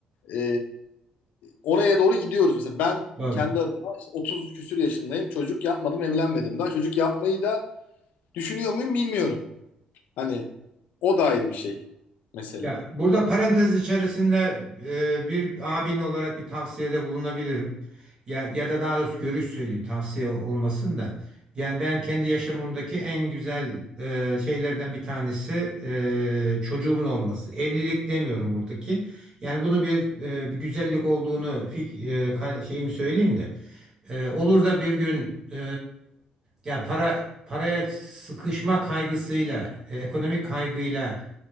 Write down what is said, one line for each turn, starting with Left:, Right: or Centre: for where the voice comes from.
Left: e, oraya doğru gidiyoruz. Mesela ben
Right: Doğru.
Left: kendi adıma işte 30 küsür yaşındayım. Çocuk yapmadım, evlenmedim daha. Çocuk yapmayı da düşünüyor muyum bilmiyorum. Hani o da ayrı bir şey mesela.
Right: Ya burada parantez içerisinde e, bir abin olarak bir tavsiyede bulunabilirim. Ya, ya da daha doğrusu görüş söyleyeyim tavsiye olmasın da. Yani ben kendi yaşamımdaki en güzel e, şeylerden bir tanesi e, çocuğumun olması. Evlilik demiyorum buradaki. Yani bunu bir, e, bir güzellik olduğunu fik- e, ka- şeyimi söyleyeyim de. E, olur da bir gün e, ya para paraya sıkışma kaygısıyla, e, ekonomik kaygıyla